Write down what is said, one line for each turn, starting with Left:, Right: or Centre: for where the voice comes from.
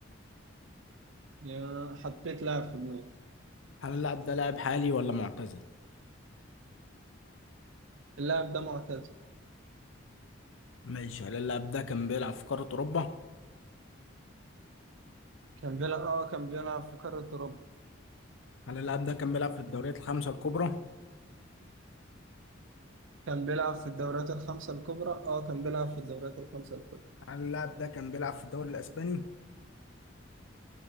Right: يا حطيت لاعب في دماغي
Left: هل اللاعب ده لاعب حالي ولا معتزل؟
Right: اللاعب ده معتزل
Left: ماشي هل اللاعب ده كان بيلعب في قارة أوروبا؟
Right: كان بيلعب اه كان بيلعب في قارة أوروبا
Left: هل اللاعب ده كان بيلعب في الدوريات الخمسة الكبرى؟
Right: كان بيلعب في الدوريات الخمسة الكبرى اه كان بيلعب في الدوريات الخمسة الكبرى
Left: هل اللاعب ده كان بيلعب في الدوري الأسباني؟